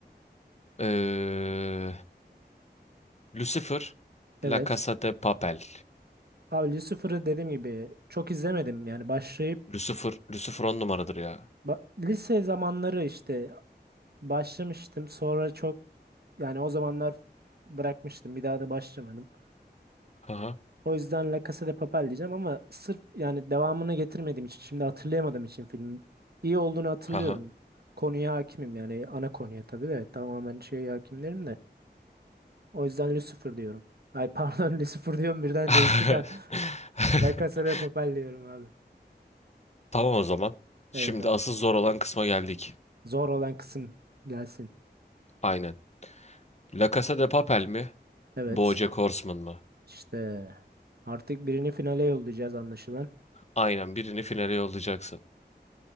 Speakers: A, on the left (about 40°); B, on the right (about 65°).
A: Ee, Lucifer,
B: Evet.
A: La Casa de Papel.
B: Abi Lucifer'ı dediğim gibi çok izlemedim. Yani başlayıp
A: Lucifer, Lucifer on numaradır ya.
B: ba- lise zamanları işte başlamıştım. Sonra çok Yani o zamanlar bırakmıştım. Bir daha da başlamadım.
A: Aha.
B: O yüzden La Casa de Papel diyeceğim ama sırf yani devamını getirmediğim için şimdi hatırlayamadığım için filmin iyi olduğunu hatırlıyorum.
A: Haha.
B: Konuya hakimim yani ana konuya tabii de tamamen şeye hakimlerim de. O yüzden Lucifer diyorum. Ay pardon <laughs> Lucifer diyorum birden
A: <laughs>
B: değiştik. ha. La Casa de Papel diyorum abi.
A: Tamam o zaman. Şimdi
B: Evet abi.
A: asıl zor olan kısma geldik.
B: Zor olan kısım gelsin.
A: Aynen. La Casa de Papel mi?
B: Evet.
A: BoJack Horseman mı?
B: İşte artık birini finale yollayacağız anlaşılan.
A: Aynen birini finale yollayacaksın.